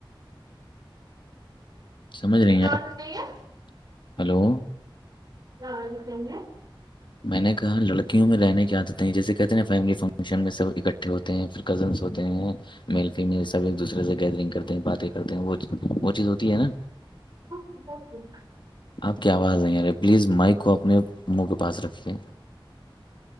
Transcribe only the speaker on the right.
عادت
نہیں ہے
ہاں جکیں گے
ہاں